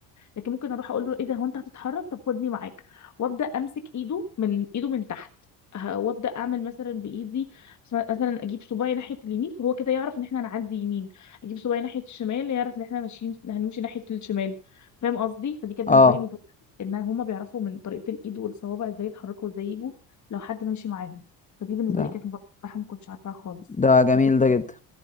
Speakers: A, on the left; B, on the left.
A: لكن ممكن اروح اقول له ايه ده هو انت هتتحرك طب خدني معاك وابدا امسك ايده من ايده من تحت ه- وابدا اعمل مثلا بايدي س- مثلا اجيب صباعي ناحيه اليمين فهو كده يعرف ان احنا هنعدي يمين اجيب صباعي ناحيه الشمال يعرف ان احنا ماشيين هنمشي ناحيه الشمال فاهم قصدي فدي كانت
B: اه
A: بالنسبه لي مفاجاه ان هما بيعرفوا من طريقه الايد والصوابع ازاي يتحركوا وازاي يجوا لو حد ماشي معاهم فدي بالنسبه
B: ده
A: لي كانت مفاجاه بصراحه ما كنتش عارفاها خالص
B: ده جميل
A: لكن
B: ده جدا